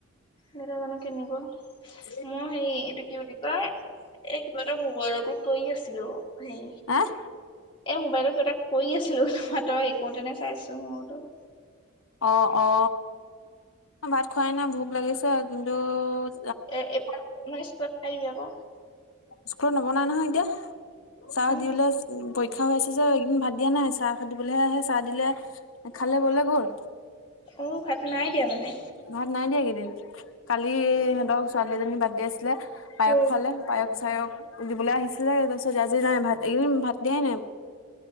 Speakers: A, on the left; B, on the left.
A: দেতা জানো কেনি গ'ল?
B: <inaudible>
A: মই সেই এইটো কি বুলি কয়, এই কিবা এটা মোবাইলতো কৰি আছিলো হেৰি।
B: আহ
A: এ মোবাইলত কিবা এটা কৰি আছিলো তই শিকোতেনে চাইছো মোতো
B: অ অ ভাত খোৱাই নাই ভোক লাগিছে আজি দিনতোত
A: <inaudible>
B: স্কুলত নবনায় নহয় এতিয়া
A: আকৌ।
B: চাহ দি লৈ উ পৰীক্ষা হৈ আছে যে এইকেইদিন ভাত দিয়া নাই চাহ দিবলৈহে আহে চাহ দিলে খালে বলে গ'ল
A: অঁ ভাত নাই দিয়া মানে
B: ভাত নাই দিয়া এইকেইদিন কালি এই ইহঁতৰ ছোৱালীজনীৰ বাৰ্থডে আছিলে
A: উম।
B: পায়স খোৱালে পায়স চায়স দিবলৈ আহিছিলে তাৰপিছত আজি নাই ভাত ইকেইদিন ভাত দিয়াই নাই